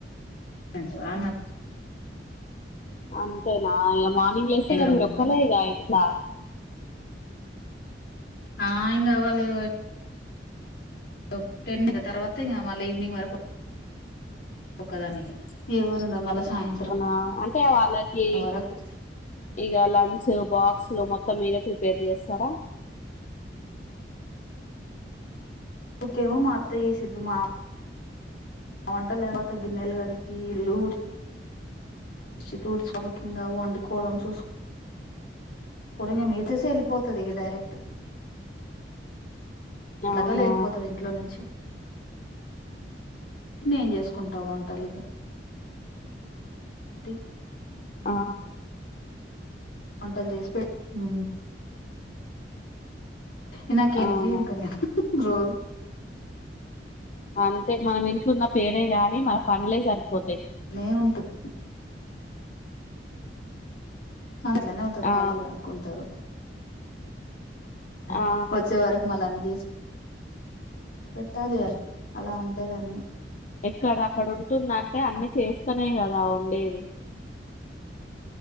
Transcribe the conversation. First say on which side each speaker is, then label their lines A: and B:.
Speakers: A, on the left (about 65°); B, on the left (about 45°).
A: అంటూ ఆనక్
B: అంతేనా ఇగ మార్నింగ్ లేస్తే ఇక
A: రమ్మంటూ
B: మీరు ఒక్కలే ఇగ ఇంట్లా
A: ఆ ఇంగవ్వలె <inaudible> టెన్ ఇంక తర్వాతింగ మళ్ళివినింగ్ వరకు ఒక్కదాన్నే గదా ఎవ్వరుండరు మళ్ళా సాయంత్రం
B: అ అంటే వాళ్ళకి
A: వరకు
B: ఇగ లంచ్ బాక్ క్స్ మొత్తం మీరే ప్రిపేర్ చేస్తారా
A: ళ్కేమో మా అత్తయ్యేసిద్ది మా వంటలేకపోతే గిన్నెల్ గడిగి ఇల్లూడ్ <inaudible> వండుకోవడం చూస్ కొడింగ మీ తీసి ఎళ్ళిపోతది ఇక డైరెక్ట్ ఎట్లకాలెళ్ళిపోతది
B: అవునా
A: ఇంట్లో నుంచి నేన్ జేస్కుంటా వంటలిగ టీ
B: ఆ
A: వంటల్ జేసి పె ఉ ఇన్నాకే
B: అవునా
A: విజీం కద రో
B: అంతే మనం ఇంట్లున్న పేరే గాని మన పనులే సరిపోతయి.
A: నే ఉంటుది అందుట్లనే ఉంటారు
B: ఆ
A: ఖాళీగా అనుకుంటారు. అదే
B: ఆ
A: వచ్చేవరకు మల్లన్నీ చేసు పెట్టాలి అల్ అలా ఉంటదన్ని
B: ఎక్కడ అక్కడ ఉంటుందంటే అన్నీ చేస్తేనే కదా ఉండేది.